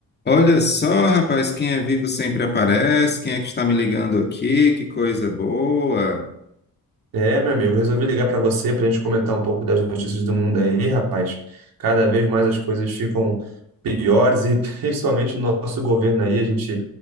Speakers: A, on the left (about 30°); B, on the right (about 75°).
A: Olha só, rapaz, quem é vivo sempre aparece. Quem é que está me ligando aqui? Que coisa boa.
B: É, meu amigo, resolvi ligar para você para a gente comentar um pouco das notícias do mundo aí, rapaz. Cada vez mais as coisas ficam piores e <laughs> principalmente no nosso governo aí, a gente